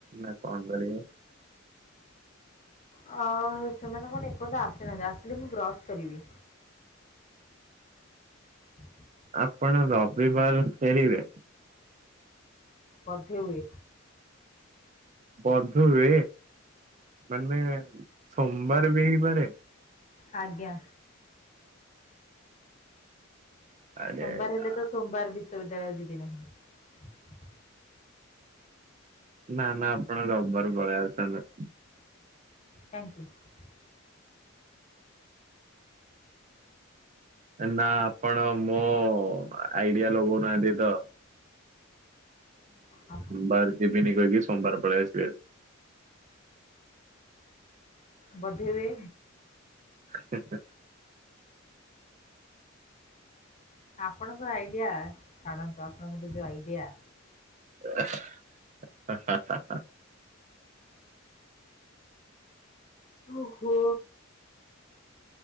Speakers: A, on the right; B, on the left.
A: ନା କଣ କରିବେ?
B: ହଁ ସେମାନେ କଣ ଏପର୍ଯ୍ୟନ୍ତ ଆସିନାହାନ୍ତି ଆସିଲେ ମୁଁ ବ୍ରଶ କରିବି। ହୁଁ
A: ଆପଣ ରବିବାର ଫେରିବେ।
B: ପଥେ ହୁଏ
A: <unintelligible> ହୁଏ ମାନେ ସୋମବାର ବି ହେଇପାରେ
B: ଆଜ୍ଞା
A: ଆରେ
B: ଆ ସୋମବାର
A: ୟା
B: ହେଲେ ତ ସୋମବାର ବିଶ୍ଵବିଦ୍ୟାଳୟ ଯିବି ନାହିଁ
A: ନା ନା ଆପଣ ରବିବାର ପାଳେଇଆସନ୍ତୁ।
B: Thank you.
A: ନା ଆପଣ ମୋ ଆଇଡିଆ ଲଗୋଉନାହାନ୍ତି ତ।
B: ଆପ-
A: ବାର <unintelligible> ଯିବିନି କହିକି ସୋମବାର ପଳେଇ ଆସିବେ।
B: ବଧେ ହୁଏ
A: ହ <unintelligible>
B: ଆପଣଙ୍କ ଆଇଡିଆ ଛାଡନ୍ତୁ ଆପଣଙ୍କର ତ ଯୋଉ ଆଇଡିଆ।
A: ହା ହା ହା
B: ଓଃ ହୋ